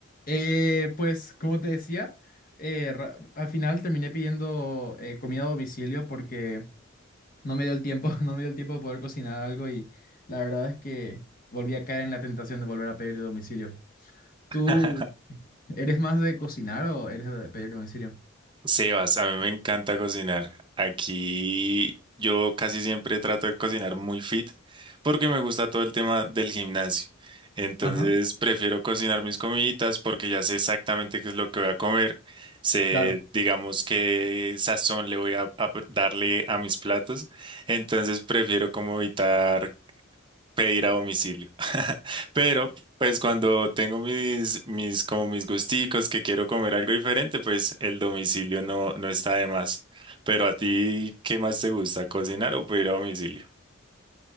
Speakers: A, on the left; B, on the right.
A: Eh, pues como te decía, eh, ra- al final terminé pidiendo eh, comida a domicilio porque no me dio el tiempo, <laughs> no me dio el tiempo de poder cocinar algo y la verdad es que volví a caer en la tentación de volver a pedir de domicilio. ¿Tú
B: <laughs>
A: eres más de cocinar o eres de pedir de domicilio?
B: Sebas, a mí me encanta cocinar. Aquí yo casi siempre trato de cocinar muy fit porque me gusta todo el tema del gimnasio. Entonces
A: Ajá,
B: prefiero cocinar mis comiditas porque ya sé exactamente qué es lo que voy a comer. Sé,
A: claro.
B: digamos, qué sazón le voy a, a darle a mis platos. Entonces prefiero como evitar pedir a domicilio. <laughs> Pero, pues cuando tengo mis, mis, como mis gusticos que quiero comer algo diferente, pues el domicilio no, no está de más. Pero a ti, ¿qué más te gusta, cocinar o pedir a domicilio?